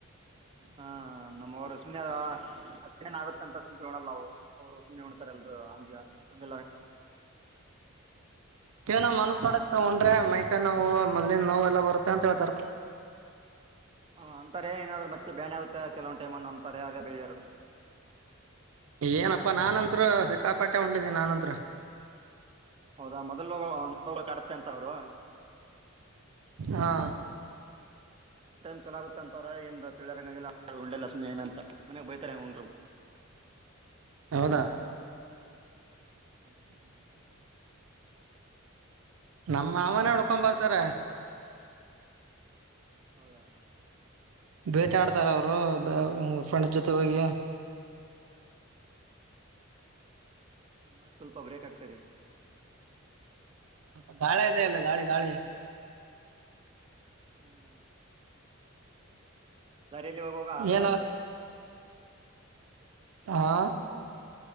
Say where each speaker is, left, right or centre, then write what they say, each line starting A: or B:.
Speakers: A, on the right; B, on the right.
A: ಹಾ ನಮ್ಮವ ರಸಮಿ ಅೇನ್ ಆಗತ್ತಂತ ಅಸಮಿ ಕೇಳೋಣಲ್ಲಾವು ಅವರು ಸುಮ್ಮನೆ ಹೊಣ್ತಾರೆ ಎಲ್ರು ಅಲ್ಲ
B: ಇವ ನ ಮಲ ಕಡ ಉೊಂಡ್ರೆ ಮೈಕ ನೋವು ಮೊದ್ಲನ್ ನೋವು ಎಲ್ಲಾ ಬರುತ್ತೆ ಅಂತ ಹೇಳ್ತಾರ
A: ಹ ಅಂತಾರೆ ಏನಾದ್ ಮತ್ತೆ ಬೇ ಆಗುತ್ತೆ ಕೆಲವ್ ಟೈಮ್ ಅಂತಾರೆ ಅದೇ ಬೆಳಜಾರರು
B: ಏನಪ್ಪಾ ನಾನಂತ್ರ ಸಿಕ್ಕಾಪಟ್ಟೆ ಹೊಂಡಿದಿನನಿ ನಾನಂತ್ರ
A: ಹೌದಾ ಮೊದ್ಲುೋಗ ಕಡತ್ತೆ ಅಂತ ಅವ್ರು
B: ಹಾ
A: ಟೈಚಲ ಆಗುತ್ತ ಅಂತಾರ ಏಂದ ತಿಳೋರಂಗಗಲ್ಲೊಂಡಲ್ಲ ಸುಮ್ಮನೆ ಏನ ಅಂತ ಮನೆಾಗ ಬೈತಾರೆ ಉುರು
B: ಹೌದಾ
A: ಹ್ಮ್
B: ನಮ್ಮ ಮಾವನೇ ಉಡ್ಕೊ ಬರ್ತಾರ
A: ಹೌದಾ
B: ಬೇಟ ಆಡ್ತಾರ ಅವರು ಫ್ರೆಂಡ್ಸ್ ಜೊತೆ ಹೋಗಿ
A: ನಿಮ್ಮ ಸ್ವಲ್ಪ ಬ್ರೇಕ್ ಆಗ್ತದೆ
B: ಅ ಗಾಳಿ ಇದೆ ಅಲ್ಲ ಗಾಳಿ ಗಾಳಿ
A: ಹ್ಮ್ ಹ್ಮ್ ದರಿಯಲ್ಲಿ ಹೋಗಾಗ ಆ ಥರ
B: ಏನೋ
A: ಆಗ್ತೆ
B: ಹಾ